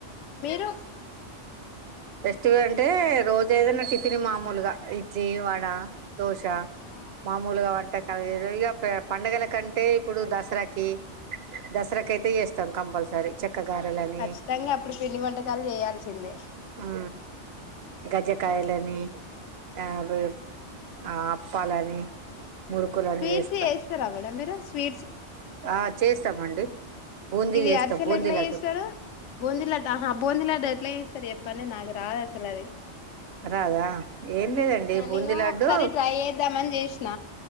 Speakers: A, on the left; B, on the right.
A: మీరు
B: ఫేస్ కు అంటే రోజు ఏదన్న టిఫ్ తిరీ మామూలుగా ఇడ్లీ వడ దోశ
A: ఆ
B: మామూలుగా వంట అది ఇగా పండుగల కంటే ఇప్పుడు దసరాకి దస రకైతే చేస్తాం కంపల్సరీ చెక్కగారలని
A: ఖచ్చితంగా అప్పుడు పిండి వంటకాలు చేయాల్సిందే
B: ఊ గజ్జకాయలని ఆ ఓ ఆ అప్పాలని మురుకులని
A: స్వీట్స్
B: చేస్తాం
A: చేస్తరా మేడం మీరు స్వీ
B: ఆ చేస్తామండి బూందీ
A: ఇది
B: చేస్తాం
A: అరిసెలు
B: బూందీ
A: ఎట్లా
B: లడ్డు
A: చేస్తారు బూందీ లడ్డు అ బూందీ లడ్డు ఎట్ల చేస్తారో చెప్పండి నాకు రాదు అసలది
B: రాదా ఏం లేదండి బూందీ
A: నేను
B: లడ్డు
A: ఒకసారి ట్రై చేద్దామని చేసిన